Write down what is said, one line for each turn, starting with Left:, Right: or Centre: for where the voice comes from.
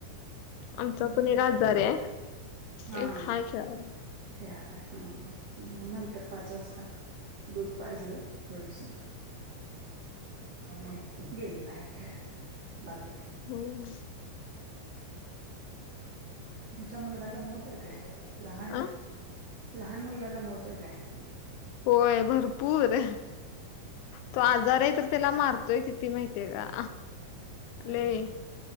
Left: आमचा
Right: मग
Left: पण
Right: नंतर
Left: एक आजारी हाय,
Right: हा
Left: एक हाय खेळालाय.
Right: खेळालाय हं मग नंतर पाच वाजता दूध पाजलं थोडसं. मग गेले बाहेर खेळायला बागेत.
Left: हम्म.
Right: तुमचा मुलगा दमवतोय काय लहान
Left: आ?
Right: -लहान मुलगा दमावतो काय?
Left: होय भरपूर. तो आजारी आहे तर त्याला मारतोय किती माहितीे का?
Right: होय.
Left: लय